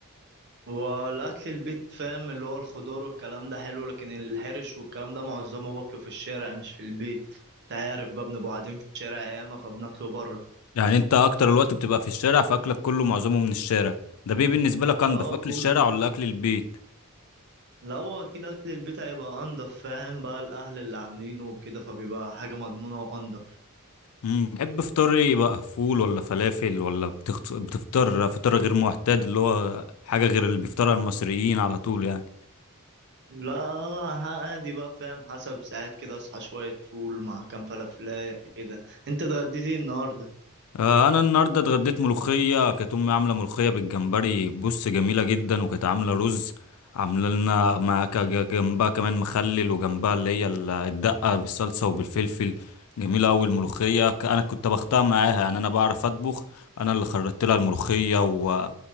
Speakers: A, on the right (about 55°); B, on the left (about 75°).
A: والاكل البيت فاهم اللي هو الخضار والكلام ده حلو لكن الحرش والكلام ده معظمه باكله في الشارع مش في البيت انت عارف بقى بنبقى قاعدين في الشارع ياما فبناكله بره
B: يعني انت اكتر الوقت بتبقى في الشارع فاكلك كله معظمه من الشارع ده بيه بالنسبه لك انضف
A: اه
B: اكل
A: كله
B: الشارع ولا اكل البيت
A: لا هو اكيد اكل البيت هيبقى انضف فاهم بقى الاهل اللي عاملينه وكده فبيبقى حاجه مضمونه وانضف
B: امم بتحب فطاري يبقى فول ولا فلافل ولا بتخت... بتفطر فطار غير معتاد اللي هو حاجة غير اللي بيفطرها المصريين على طول يعني
A: لا عادي بقى فاهم حسب ساعات كده اصحى شوية فول مع كام فلافلاية كده انت اتغديت ايه النهاردة
B: آه انا النهارده اتغديت ملوخية كانت امي عاملة ملوخية بالجمبري بص جميلة جدا وكانت عاملة رز عامله لنا مع ك- ج- جنبها كمان مخلل وجنبها اللي هي ال- الدقه بالصلصه وبالفلفل جميله قوي الملوخيه ك- انا كنت بختار معاها يعني انا بعرف اطبخ انا اللي خرجت لها الملوخيه و...